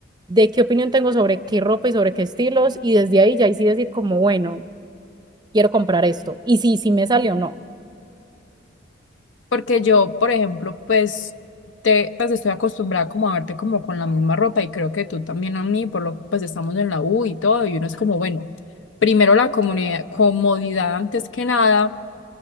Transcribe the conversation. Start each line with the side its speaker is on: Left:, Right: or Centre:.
Right: de qué opinión tengo sobre qué ropa y sobre qué estilos, y desde ahí ya ahí sí decir como, bueno, quiero comprar esto, y sí, sí me sale o no.
Left: Porque yo, por ejemplo, pues, te, pues estoy acostumbrada como a verte como con la misma ropa y creo que tú también a mí, por lo que pues estamos en la U y todo, y uno es como, bueno, primero la comodidad, comodidad antes que nada